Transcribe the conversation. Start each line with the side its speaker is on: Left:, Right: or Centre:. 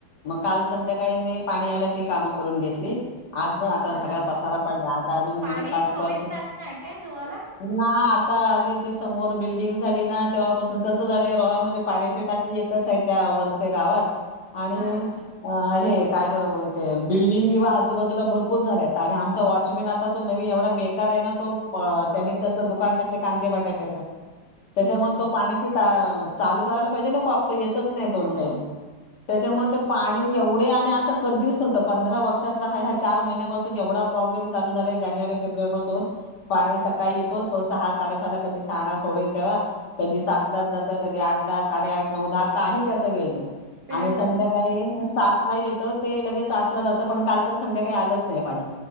Left: मग काल संध्याकाळी मी पाणी आलं की कामं करून घेतली- आज पण आता
Right: हा
Left: सगळ पसारा पडल्या आता अजून
Right: पाणी
Left: हे पाच
Right: चोवीस
Left: करते
Right: तास नाही काय तुम्हाला?
Left: ना आता- आता आली ते समोर बिल्डिंग झाली ना तेव्हापासून कसं झालं रोहामध्ये पाण्याची टाकी एकच आहे त्या वरसे गावात- आणि
Right: हा हा
Left: अ हे- काय बरं बोलतेय बिल्डिंग- आजूबाजूला भरपूर झालेत आणि आमचा वॉचमॅन आता जो नवीन एवढा बेकार आहे ना तो त्यानी कसलं दुकान टाकले कांदे बटाट्याच- त्याच्यामुळे
Right: हम्म हम्म
Left: तो पाण्याची टा- चालू करायला पाहिजे ना कॉ- येतच नाही दोन
Right: हो
Left: टाईम त्याच्या
Right: अ
Left: पाणी एवढ- मी अस कधीच नव्हत पंधरा वर्ष. हा ह्या चार महिन्यापासून एवढा प्रॉब्लेम चालू झाला जानेवारी फेब्रुवारी पासून पाणी सकाळी येतो तो सहा साडेसहा ला कधी शाहाणा सोडेल तेव्हा, कधी सातलाच जातं कधी आठला साडेआठ नऊ-दहा काही त्याचा वेळ नाही.
Right: वेळच
Left: आणि संध्याकाळी
Right: नाही म्हणजे ह.
Left: सातला येत. लगेच आठला जात. पण काल तर संध्याकाळी आलंच नाही पाणी.